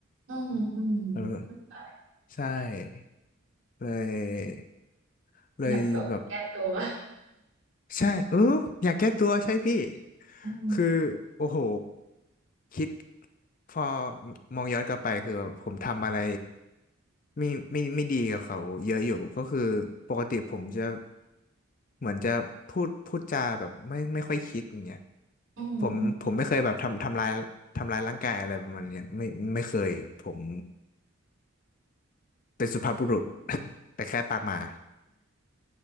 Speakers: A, on the right; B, on the left.
A: อืมอืม
B: เออ
A: ไม่เป็นได้
B: ใช่เลยเลยแบบ
A: อยากแบบแก้ตัว
B: ใช่เอออยากแก้ตัวใช่พี่
A: อืม
B: คือโอ้โหคิดพอมองย้อนกลับไปคือแบบผมทำอะไรไม่ไม่ไม่ดีกับเขาเยอะอยู่ก็คือปกติผมจะเหมือนจะพูดพูดจาแบบไม่ไม่ค่อยคิดอย่างเงี้ย
A: อืมอืม
B: ผมผมไม่เคยแบบทำทำร้ายทำร้ายร่างกายอะไรประมาณเนี้ยไม่ไม่เคยผมเป็นสุภาพบุรุษ <laughs> แต่แค่ปากหมา